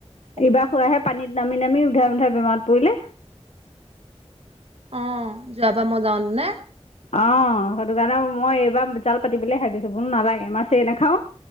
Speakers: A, on the right (about 65°); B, on the left (about 75°).
A: তাকে
B: ইবাৰ খুৰাই সেই পানীত নামি-নামি উধাই মোধাই বেমাৰত পৰিলে।
A: অ', যোৱাবাৰ মই যাওঁতে নে?
B: অ', সেইটো কাৰণে মই এইবাৰ জাল পাতিবলৈ শাক দিছোঁ বোলো নালাগে মাছে নাখাও।